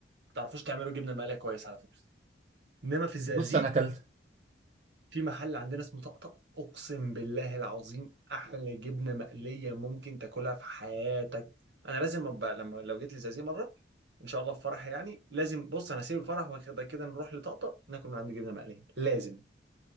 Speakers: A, on the right; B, on the right.
A: بتعرفوش تعملوا جبنه مقليه كويس على فكره انما في الزقازيق
B: بص انا كلت
A: في محل عندنا اسمه طقطق اقسم بالله العظيم احلى جبنه مقليه ممكن تاكلها في حياتك انا لازم ابقى لما لو جيت لزازي مره ان شاء الله في فرح يعني لازم بص انا هسيب الفرح وكده كده نروح لطقطق ناكل من عنده جبنه مقليه لازم